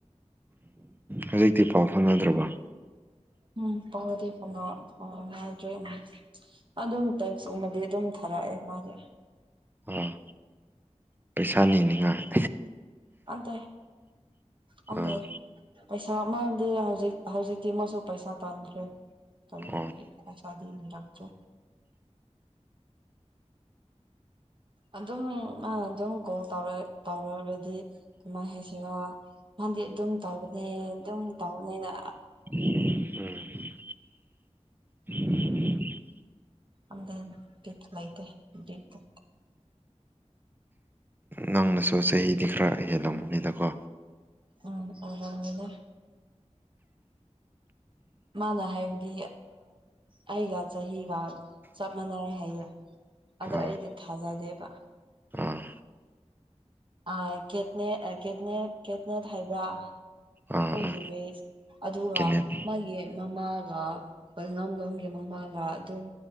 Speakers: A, on the right; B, on the right.
A: ꯍꯧꯖꯤꯛꯇꯤ ꯄꯥꯎ ꯐꯥꯎꯅꯗ꯭ꯔꯕꯣ
B: ꯎꯝ ꯄꯥꯎꯗꯤ ꯐꯥꯎꯅ ꯐꯥꯎꯅꯗ꯭ꯔꯦꯅꯦ ꯑꯗꯨꯝ ꯇꯦꯛꯁꯀꯨꯝꯃꯗꯤ ꯑꯗꯨꯝ ꯊꯥꯔꯛꯑꯦ ꯃꯥꯗꯤ
A: ꯑꯥ ꯄꯩꯁꯥꯅꯤꯅꯤꯉꯥꯏ
B: ꯄꯝꯗ ꯄꯥꯝꯗꯦ
A: ꯑꯥ
B: ꯄꯩꯁꯥ ꯑꯃꯗꯤ ꯍꯧꯖꯤꯛ ꯍꯧꯖꯤꯛꯇꯤ ꯑꯃꯁꯨ ꯄꯩꯁꯥ ꯇꯥꯟꯈ꯭ꯔꯦ <inaudible>
A: ꯑꯣ
B: ꯄꯩꯁꯥꯗꯤ ꯅꯤꯔꯛꯇ꯭ꯔꯦ ꯑꯗꯨꯝ ꯃꯥꯅ ꯑꯗꯨꯝ ꯀꯣꯜ ꯇꯧꯔꯒꯗꯤ ꯀꯃꯥꯏꯅ ꯍꯥꯏꯁ ꯁꯤꯔ ꯃꯥꯗꯤ ꯑꯗꯨꯝ ꯇꯧꯕꯅꯦ ꯑꯗꯨꯝ ꯇꯧꯕꯅꯦꯅ
A: ꯎꯝ
B: ꯑꯗ ꯄꯤꯠꯇ ꯂꯩꯗꯦ ꯠ ꯂꯥꯛꯇꯥ
A: ꯅꯪꯅꯁꯨ ꯆꯍꯤꯗꯤ ꯈꯔ ꯍꯦꯜꯂꯝꯕꯅꯤꯗꯀꯣ
B: ꯎꯝ ꯑꯣꯔꯒꯅꯦ ꯃꯥꯅ ꯍꯥꯏꯕꯗꯤ ꯑꯩꯒ ꯆꯍꯤꯒ ꯆꯞ ꯃꯥꯟꯅꯩ ꯍꯥꯏꯌꯦ ꯑꯗꯣ
A: ꯑꯥ
B: ꯑꯩꯗꯤ ꯊꯥꯖꯗꯦꯕ
A: ꯑꯥ
B: ꯦꯅꯦꯦꯅꯦ ꯀꯦꯠꯅꯦꯠ ꯍꯥꯏꯕ꯭ꯔꯥ
A: ꯑꯥ
B: ꯑꯩꯈꯣꯏꯒꯤ
A: ꯑꯥ
B: ꯕꯦꯁ ꯑꯗꯨꯒ
A: ꯀꯦꯅꯦꯠ
B: ꯃꯥꯒꯤ ꯃꯃꯥꯒ ꯑꯣꯏꯉꯝꯂꯣꯝꯒꯤ ꯃꯃꯥꯒ ꯑꯗꯨꯝ